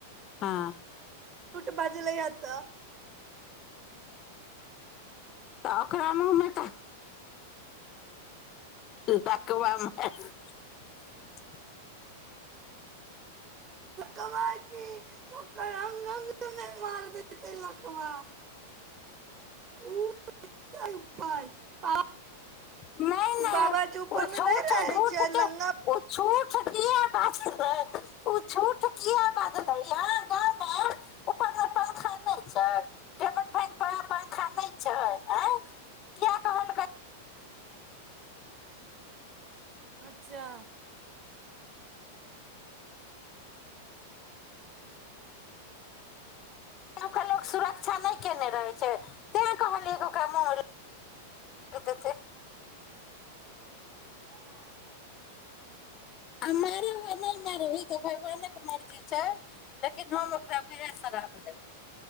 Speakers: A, on the left (about 25°); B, on the right (about 25°).
A: हँ
B: झुठ बाजी ल हत
A: तऽ ओकरा मुँहमे तऽ त त कबमे <inaudible>
B: कवे ओकरा अंग अंग मे मार देेतै लकवा <unintelligible>
A: नहि
B: ओ
A: नहि
B: बाबाजी ऊपर
A: ओ झूठ
B: मे नहि रहे
A: झूठ
B: छै
A: के
B: लंगा
A: ओ झूठ कि बाजलै ओ झूठ त की ह बाजलै परख नहि छै टेल फन पंखा नहि छै आ किया कहलकै
B: अच्छा
A: त ओकेरा लोक सुरक्षा नहि कयने रहै छै तैँ कहलियैग ओकरा म हदेतै
B: <unintelligible>
A: आ मार आ नहि मारै त भगवाने मर्जी छै लेकिन हम ओकरा श्राप देबै